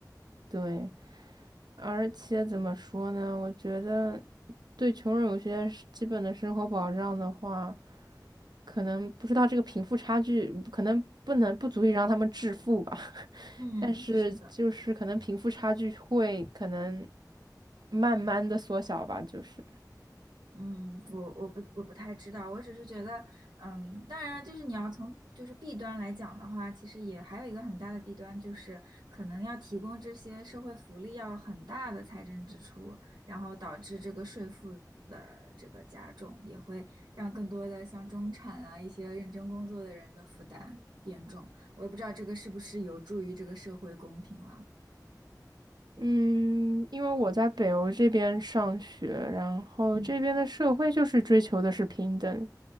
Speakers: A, on the right (about 70°); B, on the right (about 85°).
A: 对，而且怎么说呢？我觉得对穷人有些是基本的生活保障的话，可能不知道这个贫富差距，可能不能不足以让他们致富吧。<laughs>
B: 嗯，
A: 但是就是可能贫富差距会可能
B: 是。
A: 慢慢的缩小吧，就是。
B: 嗯，我我不我不太知道，我只是觉得，嗯，当然就是你要从就是弊端来讲的话，其实也还有一个很大的弊端，就是可能要提供这些社会福利要很大的财政支出，然后导致这个税负的这个加重，也会让更多的像中产啊一些认真工作的人的负担变重。我也不知道这个是不是有助于这个社会公平了。
A: 嗯，因为我在北欧这边上学，然后这边的社会就是追求的是平等，
B: 嗯